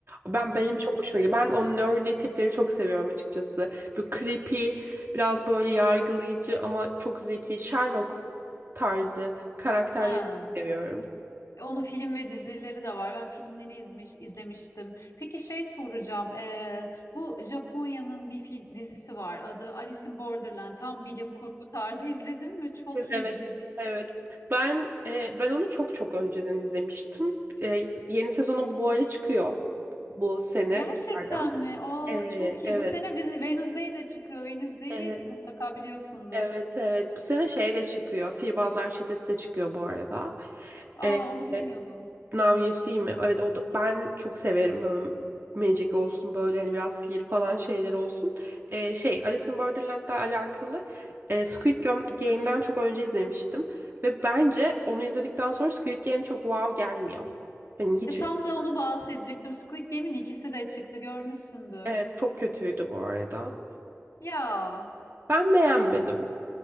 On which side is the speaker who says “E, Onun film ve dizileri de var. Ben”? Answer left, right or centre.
Left